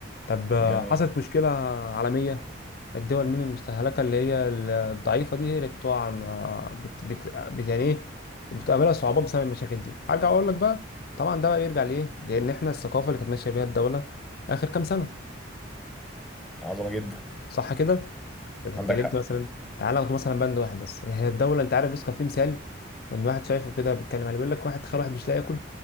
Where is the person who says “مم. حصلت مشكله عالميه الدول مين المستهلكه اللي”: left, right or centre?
Left